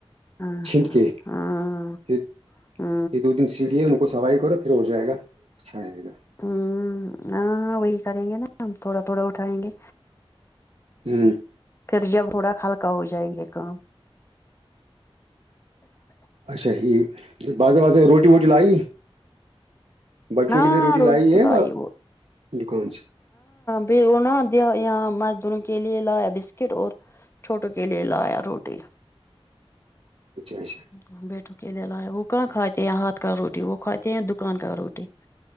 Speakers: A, on the left (about 25°); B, on the right (about 80°).
A: ہاں
B: چھینٹ کے
A: ہاں
B: یہ
A: ہ
B: دو دن سیڑھیے ان کو کو سفائی کرو پھر ہو جائے گا اچھا رہے گا
A: ہوں ہاں ہاں وہی کریں گے نا ہم تھوڑا تھوڑا اٹھائیں گے
B: ہوں
A: پھر جب تھوڑا ہلکا ہو جائیں گے کام
B: اچھا جیھ بستے واستے روٹی ووٹی لائی بچوں
A: ہاں
B: کے لیے روٹی
A: روز
B: لائی
A: تو
B: ہے
A: وہ
B: دکان سے
A: پھر نہ د یہاں مزدوروں کے لیے لایا بسکٹ اور چھوٹوں کے لیے لایا روٹی
B: اچھا اچھا
A: ہوں بیٹوں کے لیے لا وہ کہاں کھاتے ہیں ہاتھ کا روٹی وہ کھاتے ہیں دکان کا روٹی